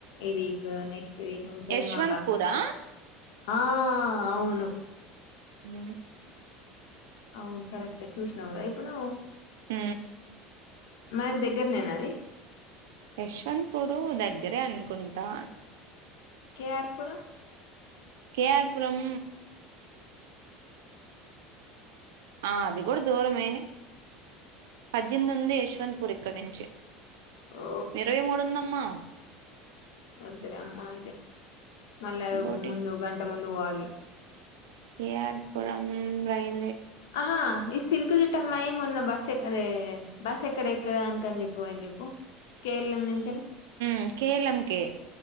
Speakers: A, on the left; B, on the right.
A: ఈ విక్ నెక్స్ స్టే వీక్ నుంచి
B: యశ్వంత్పురా
A: మాకు అస ఆ అవును
B: మ్
A: అవును కరెక్టే చూసినావు కదా ఇప్పుడు నువ్వు
B: మ్
A: మాకు దగ్గర నేనా అది
B: యశ్వంత్ పూరు దగ్గరే అనుకుంటా
A: కేఆర్పుర
B: కేఆర్పురం ఆ అది కూడా దూరమే పద్ద్ెనిమిది ఉంది యశ్వంత్ పుర్ ఇక్కడ నుంచి
A: ఓ
B: ఇరవై మూడు ఉందమ్మా
A: వద్దులేమ్మా అయితే మళ్ళ
B: ఇంకోటి
A: ముందు గంట ముందు పోవాలి
B: కె ఆర్ పురం రైట్
A: ఆహా ఈ సిల్క్ జుట్టు అమ్మాయి మొన్న బస్ ఎక్కడే బస్ ఎక్కడనికని చెప్పి చెపోయింది చెప్పు కేల్ ఎం నుంచి
B: మ్ కే ఎం ల్ కే